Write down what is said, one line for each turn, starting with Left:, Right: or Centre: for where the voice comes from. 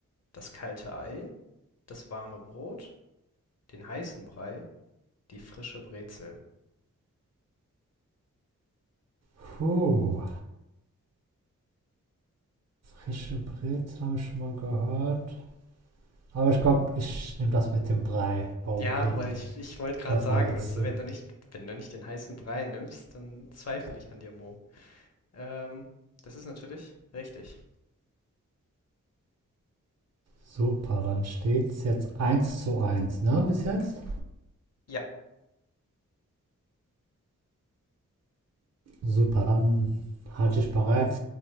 Left: das kalte Ei, das warme Brot, den heißen Brei, die frische Brezel.
Right: puh. Frische Brezel habe ich schon mal gehört. Aber ich glaube, ich nehme das mit dem Brei herumreden.
Left: Ja, weil ich, ich wollte gerade
Right: Das
Left: sagen,
Right: war ja
Left: also
Right: C.
Left: wenn du nicht, wenn du nicht den heißen Brei nimmst, dann zweifle ich an dir, Mo. Ähm, das ist natürlich richtig.
Right: Super, dann steht es jetzt eins zu eins, ne, bis jetzt?
Left: Ja,
Right: Super, dann halte ich bereit